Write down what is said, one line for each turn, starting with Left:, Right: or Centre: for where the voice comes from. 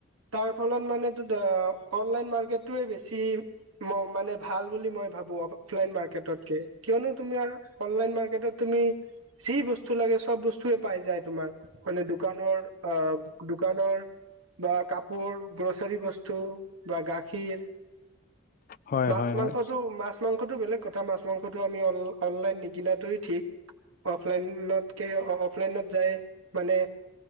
Right: তাৰ ফলত মানে অনলাইন মাৰ্কেটয়ে বেছি মানে ভাল বুলি মই ভাবো। অফলাইন মাৰ্কেটত কে কিয়নো তোমাৰ অনলাইন মাৰ্কেটত তুমি যি বস্তু লাগে চব বস্তুয়ে পাই যায় তোমাৰ মানে দোকানৰ অ দোকানৰ বা কাপোৰ গ্ৰ'চাৰী বস্তু বা গাখীৰ
Left: হয়,
Right: মাছ,
Left: হয়,
Right: মাংসটো
Left: হয়।
Right: মাছ মাছ, মাংসটো বেলেগ কথা মাছ, মাংসটো আমি অনলাইন নিকিনাটোৱে ঠিক। অফলাইনতকে অফলাইনত যায় মানে